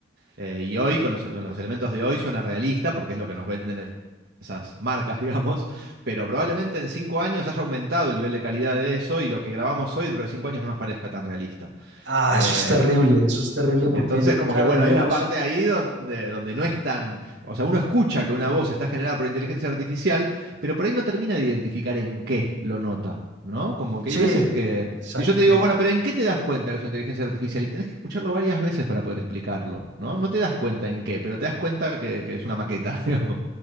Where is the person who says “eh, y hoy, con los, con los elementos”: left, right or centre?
Right